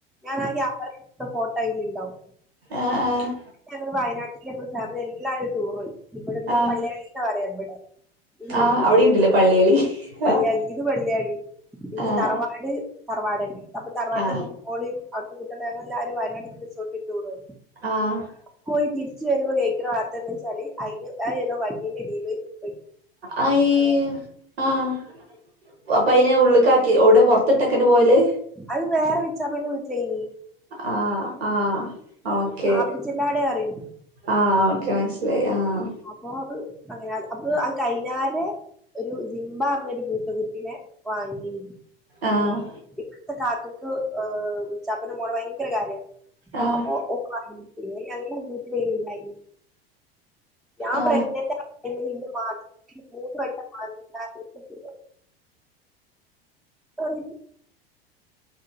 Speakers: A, in the centre; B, on the right.
A: ഞാൻ ആഹ് ക്യാമറേലെട്ത്ത ഫോട്ടോ അയില്ണ്ടാവും
B: ആഹ് ആഹ്
A: ഞങ്ങള് വയനാട്ടില് ഞങ്ങള് ഫാമിലി എല്ലാരും ടൂറോയി ഇബടുന്ന്
B: ആഹ്
A: പള്ള്യാണീന്നാ പറയാ ഇബടെ ഈ വീട്ട്ന്ന്
B: ആഹ് അവിടെയുണ്ടല്ലേ പള്ളികളി
A: പള്ള്യാളി
B: ആഹ്
A: ഇത് പള്ള്യാളി പിന്നെ
B: ആഹ്
A: തറവാട് തറവാടെന്നെ അപ്പ തറവാട്ത്തെ
B: ആഹ്
A: ഓളീം അവ്ടുത്തെ കുട്ട്യള് ഞങ്ങളെല്ലാരും വയനാട്ട്ക്ക് റിസോട്ട്ക്ക് ടൂറോയി
B: ആഹ്
A: പോയി തിരിച്ച് വരുമ്പോ കേക്ക്ണ വാർത്തെന്താച്ചാല് അയിന് അയ് ഏതോ വണ്ടീന്റെ അടീല് പെ
B: അയീ ആഹ് അപ്പയ് ഉള്ള്ക്കാക്കി എവ്ടെ പൊർത്ത്ട്ടെക്കനെ പോല്
A: അഹ് വേറെ വിച്ചാപ്പൻ്റ വീട്ട്ലേനി
B: ആഹ് ആഹ് ഓക്കെ
A: ആപ്പിച്ചെല്ലാടെ അറിയും
B: ആഹ് ഓക്കെ മൻസ്സിലായി ആഹ്
A: അപ്പൊ അത് അങ്ങനെ അപ്പൊ അഹ് കൈഞ്ഞാരെ ഒരു സിംബ പർഞ്ഞൊരു പൂച്ച കുട്ടിനെ വാങ്ങീനി
B: ആഹ്
A: ഇവട്ത്തെ കാക്കക്ക് ഏഹ് ഇച്ചാപ്പാൻ്റെ മോളെ ഭയങ്കര കാര്യം
B: ആഹ്
A: അപ്പൊ ഓക്ക് <unintelligible> ഞാൻ
B: ആഹ്
A: പ്രഗ്നന്റാ <unintelligible> മാസത്തില് മൂന്ന് വട്ടം വാങ്ങിയ <unintelligible>